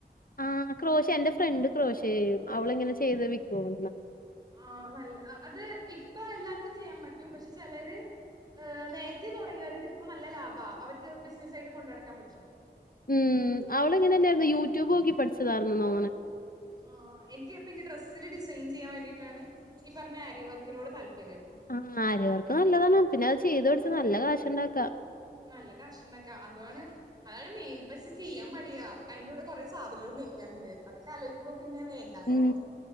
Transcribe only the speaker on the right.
ആ നല്ല അത് ഇപ്പൊ എല്ലാർക്കും ചെയ്യാൻ പറ്റും പക്ഷെ ചിലര് ഏഹ് നേരത്തെ തുടങ്ങിയവർക്ക് ഇപ്പ നല്ല ലാഭാ അവർക്ക് ബിസിനസ്സ് ആയിട്ട് കൊണ്ടടക്കാൻ പറ്റും
ആ എനിക്ക് പിന്നെ ഡ്രസ്സില് ഡിസൈൻ ചെയ്യാൻ വേണ്ടിയിട്ടാണ് ഈ പറഞ്ഞ ആര്യവർക്കിനോട് താല്പര്യം
നല്ല കാഷ്ണ്ടാക്കാ അതാണ് അതാണ് മെയിൻ പഷെ ചെയ്യാൻ മടിയാ അയിന്റെ കൂടെ കുറേ സാധനങ്ങൾ മേടിക്കാന്ണ്ട് അതൊക്കെ ആലോയിക്കുമ്പോ പിന്നെ വേണ്ടന്ന്
തോന്നും